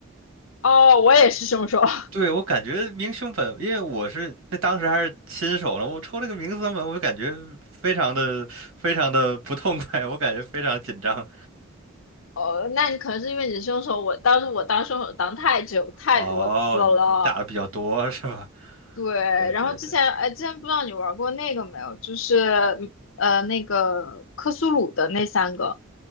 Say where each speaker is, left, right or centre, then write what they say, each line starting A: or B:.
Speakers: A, on the left; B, on the right.
A: 哦，我也是凶手。<laughs>
B: 对，我感觉明凶粉，因为我是那当时还是新手呢，我抽那个明凶粉，我就感觉非常的非常的不痛快，我感觉非常紧张。
A: 哦，那你可能是因为你是凶手，我当时我当凶手当太久太多次了。
B: 哦，你你打的比较多是吧？
A: 对，
B: 对对对，
A: 然后之前哎，之前不知道你玩过那个没有，就是呃那个克苏鲁的那三个，